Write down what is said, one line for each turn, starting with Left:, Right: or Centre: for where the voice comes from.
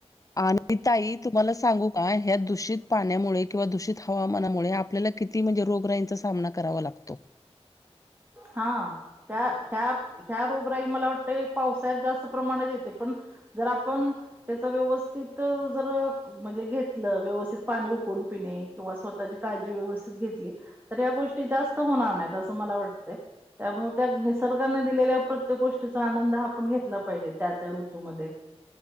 Left: आणि ताई, तुम्हाला सांगू का ह्या दूषित पाण्यामुळे, किंवा दूषित हवामानामुळे, आपल्याला किती म्हणजे रोगराईंचा सामना करावा लागतो.
Right: हां. त्या ह्या, ह्या रोगराई मला वाटते, पावळ्यात जास्त प्रमाणात येते, पण जर आपण, त्याच व्यवस्थित, जर म्हणजे घेतलं, व्यवस्थित पाणी उकून पिणे, किंवा स्वतःची काळजी व्यवस्थित घेतली, तर या गोष्टी, जास्त होणार नाहीत, असं मला वाटतें. त्यामुळे, त्या निसर्गाने दिलेल्या, प्रत्येक गोष्टीचा आनंद, आपण घेतला पाहिजे, त्या-त्या ऋतूमध्ये.